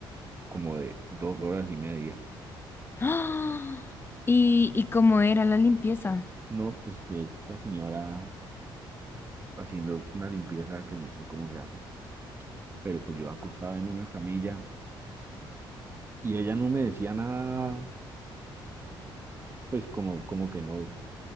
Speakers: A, on the right; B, on the left.
A: como de dos horas y media.
B: ¡Ah! ¿Y, y cómo era la limpieza?
A: No, pues que esta señora haciendo una limpieza que no sé cómo se hace, pero pues yo acostaba en una camilla y ella no me decía nada, pues como, como que no.